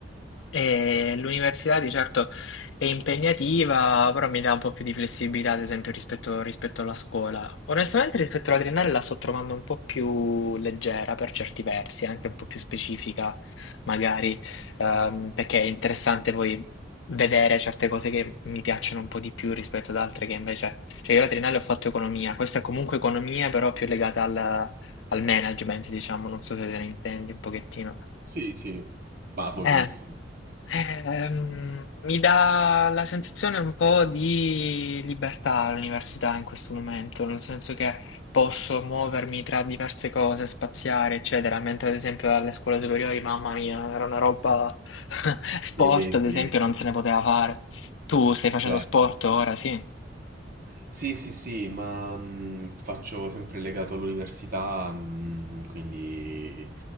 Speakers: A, on the left (about 85°); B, on the right (about 50°).
A: E l'università di certo è impegnativa, però mi dà un po' più di flessibilità, ad esempio, rispetto, rispetto alla scuola. Onestamente, rispetto all'adriennale la sto trovando un po' più leggera per certi versi, anche un po' più specifica, magari, ehm, perché è interessante poi vedere certe cose che mi piacciono un po' di più rispetto ad altre che invece... Cioè, io all'adriennale ho fatto economia, questa è comunque economia, però più legata al, al management, diciamo, non so se te ne intendi un pochettino.
B: Sì, sì, ma pochissimo.
A: Eh, ehm, mi dà la sensazione un po' di libertà l'università in questo momento, nel senso che posso muovermi tra diverse cose, spaziare, eccetera, mentre ad esempio alle scuole superiori, mamma mia, era una roba <laughs> sport,
B: Sì,
A: ad
B: sì,
A: esempio, non se ne poteva fare. Tu stai facendo
B: certo.
A: sport ora, sì?
B: Sì, sì, sì, ma mh, faccio sempre legato all'università, mh, quindi